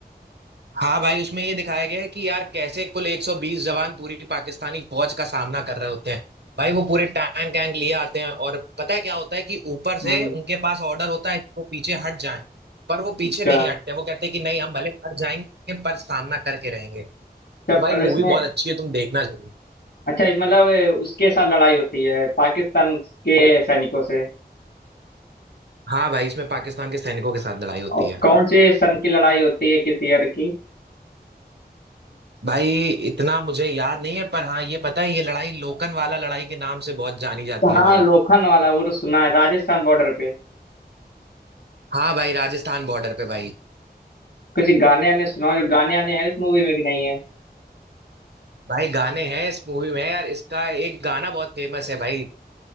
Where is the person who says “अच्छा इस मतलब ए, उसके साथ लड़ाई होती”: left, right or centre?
Left